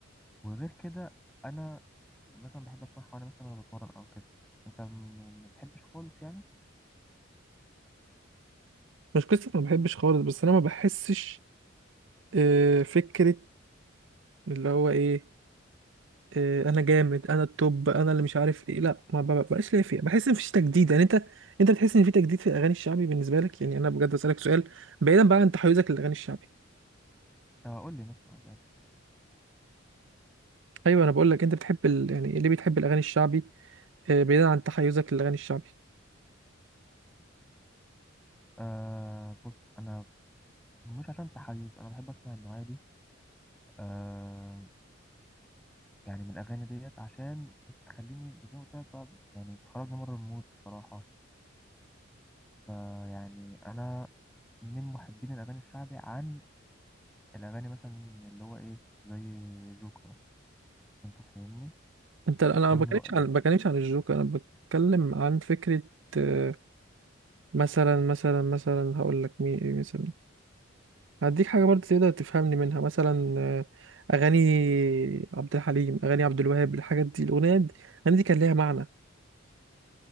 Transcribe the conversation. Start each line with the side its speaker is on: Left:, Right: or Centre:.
Centre: وغير كده انا مثلا بحب اسمعها وانا مثلا أنا بتمرن او كده انت م- ما بتحبش خالص يعني
Right: مش قصه ما بحبش خالص بس انا ما بحسش آه، فكرة اللي هو ايه آه، انا جامد انا التوب انا اللي مش عارف ايه لا ما ب- بقاش ليا فيها بحس ان مفيش تجديد يعني انت انت بتحس ان في تجديد في الاغاني الشعبي بالنسبة لك يعني انا بجد بسألك سؤال بعيدا بقى عن تحيزك للاغاني الشعبي
Centre: آه، قول لي مثلا قول لي عادي
Right: ايوه انا بقول لك انت بتحب ال... يعني اللي بتحب الاغاني الشعبي آه، بعيدا عن تحيزك للاغاني الشعبي
Centre: أه بص انا مش عشان تحيز انا بحب اسمع النوعيه دي آه، يعني من الأغاني ديت عشان بتخليني زي ما قلت لك بقى يعني بتخرجني بره المود بصراحة فيعني أنا من محبين الأغاني الشعبي عن الأغاني مثلا اللي هو إيه زي جوكر مثلا أنت فاهمني
Right: انت انا أنا
Centre: ده
Right: ما
Centre: من
Right: بتكلمش
Centre: رأيي
Right: عن
Centre: يعني
Right: ما بتكلمش عن الجوكر انا بتكلم عن فكرة آه، مثلا مثلا مثلا هقول لك مين إيه مثلا هديك حاجة برضه تقدر تفهمني منها مثلا آه، أغاني عبد الحليم أغاني عبد الوهاب الحاجات دي الأغنية دي الأغاني دي كان ليها معنى